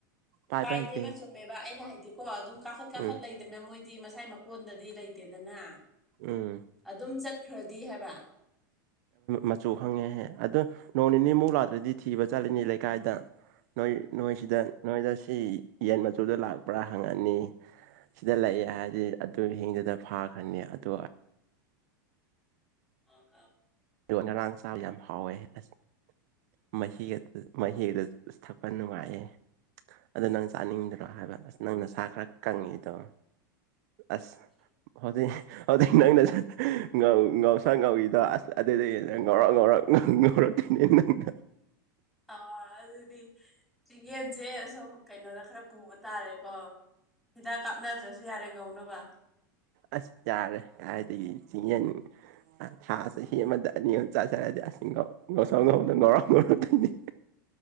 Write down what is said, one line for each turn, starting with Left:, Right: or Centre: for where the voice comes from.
Right: ꯄꯥꯏꯕ
Centre: ꯄꯥꯏꯗꯦꯕ
Right: ꯍꯩꯇꯦ
Centre: ꯆꯨꯝꯃꯦꯕ ꯕ ꯑꯩꯅ ꯍꯥꯏꯗꯤꯀꯣ ꯑꯗꯨꯝ ꯀꯥꯈꯠ ꯀꯥꯈꯠ
Right: ꯎꯝ
Centre: ꯂꯩꯗꯅ ꯃꯣꯏꯗꯤ ꯃꯁꯥꯏ ꯃꯀꯣꯟꯗꯗꯤ ꯂꯩꯇꯦꯗꯅ
Right: ꯎꯝ
Centre: ꯑꯗꯨꯝ ꯆꯠꯈ꯭ꯔꯗꯤ ꯍꯥꯏꯕ
Right: ꯃꯆꯨ ꯈꯪꯉꯦꯍꯦ ꯑꯗꯨꯗꯣ ꯅꯣꯡ ꯅꯤꯅꯤꯃꯨꯛ ꯂꯥꯛꯗ꯭ꯔꯗꯤ ꯊꯤꯕ ꯆꯠꯂꯤꯅꯤ ꯂꯩꯀꯥꯏꯗ ꯅꯣꯏ ꯅꯣꯏꯁꯤꯗ ꯅꯣꯏꯗ ꯁꯤ ꯌꯦꯟ ꯃꯆꯨꯗ ꯂꯥꯛꯄ꯭ꯔꯥ ꯍꯪꯉꯅꯤ ꯁꯤꯗ ꯂꯩꯑꯦ ꯍꯥꯏꯗꯤ ꯑꯗꯨ ꯍꯤꯡꯗꯨꯗ ꯐꯥꯈ꯭ꯔꯅꯤ ꯑꯗꯨ
Centre: ꯑꯣ
Right: ꯑꯗꯣ ꯉꯔꯥꯡ ꯆꯥꯕ ꯌꯥꯝ ꯍꯥꯎꯋꯦ ꯑꯁ ꯃꯍꯤ ꯃꯍꯤ ꯑꯗꯨ ꯊꯛꯄ ꯅꯨꯡꯉꯥꯏꯌꯦ ꯑꯗꯨ ꯅꯪ ꯆꯥꯅꯤꯡꯗꯔꯣ ꯍꯥꯏꯕ ꯑꯁ ꯅꯪ ꯅꯁꯥ ꯈꯔ ꯀꯪꯉꯤꯗꯣ ꯑꯁ ꯍꯧꯖꯤꯛ ꯍꯧꯖꯤꯛ ꯅꯪꯅ ꯉꯧ ꯉꯧꯁꫭꯛ ꯉꯧꯋꯤꯗꫭ ꯑꯁ ꯑꯗꯨꯗꯤ ꯅꯪ ꯉꯧꯔꫭꯛ ꯉꯧꯔꫭꯛ ꯉꯧ ꯉꯧꯔꫭꯛꯇꫭꯏꯅꯦ ꯅꯪꯅ
Centre: ꯑꯥ ꯑꯗꯨꯗꯤ ꯆꯤꯡꯌꯦꯟꯖꯦ ꯑꯁꫭꯝ ꯀꯩꯅꯣꯗ ꯈꯔ ꯄꯨꯕ ꯇꯥꯔꯦꯀꯣ ꯍꯤꯗꯥꯛ ꯀꯥꯞꯅꯗ꯭ꯔꯁꯨ ꯌꯥꯔꯦ ꯉꯧꯅꯕ
Right: ꯑꯁ ꯌꯥꯥꯔꯦ ꯀꯥꯏꯗꯒꯤ ꯆꯤꯡ ꯌꯦꯟ ꯑ ꯊꯥ ꯆꯍꯤ ꯑꯃꯗ ꯑꯅꯤ ꯑꯍꯨꯝ ꯆꯥꯁꯜꯂꯗꯤ ꯑꯁ ꯉꯧ ꯉꯧꯁꫭꯛ ꯉꯧꯅ ꯉꯧꯔꫭꯛ ꯉꯧꯔꯛꯇꯣꯏꯅꯦ